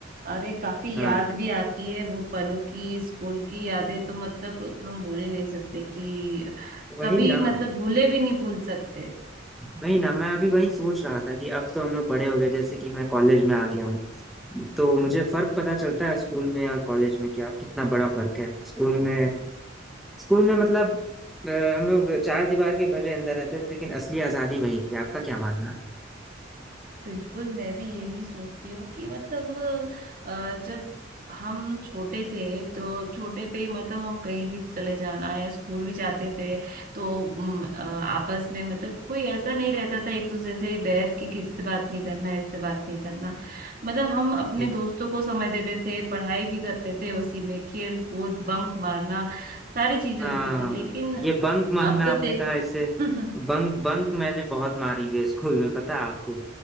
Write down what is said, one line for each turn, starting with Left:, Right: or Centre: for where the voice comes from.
Right: अरे काफी
Centre: हाँ
Right: याद भी आती है वो पलों की स्कूल की यादें तो मतलब हम भूल ही नहीं सकते कि
Centre: वही
Right: कभी
Centre: ना
Right: मतलब भूले भी नहीं भूल सकते
Centre: वही ना मैं अभी वही सोच रहा था कि अब तो हम लोग बड़े हो गए जैसे कि मैं कॉलेज में आ गया हूँ तो मुझे फर्क पता चलता है स्कूल में और कॉलेज में कि आप कितना बड़ा फर्क है स्कूल में स्कूल में मतलब अ, हम लोग चार दीवार के भले अंदर रहते थे लेकिन असली आजादी वही थी आपका क्या मानना है
Right: बिल्कुल मैं भी यही सोचती हूँ कि मतलब अ, जब हम छोटे थे तो छोटे पे ही मतलब हम कहीं भी चले जाना या स्कूल भी जाते थे तो उम, अ, आपस में मतलब कोई ऐसा नहीं रहता था एक दूसरे से बैर की किससे बात नहीं करना इससे बात नहीं करना मतलब हम अपने
Centre: जी
Right: दोस्तों को समय देते थे पढ़ाई भी करते थे उसी में खेल कूद बंक मारना सारी चीजें
Centre: हाँ
Right: होती थी लेकिन
Centre: ये बंक मारना
Right: अब तो
Centre: आपने
Right: देख
Centre: कहा इससे
Right: <laughs>
Centre: बंक बंक मैंने बहुत मारी हुई है स्कूल में पता है आपको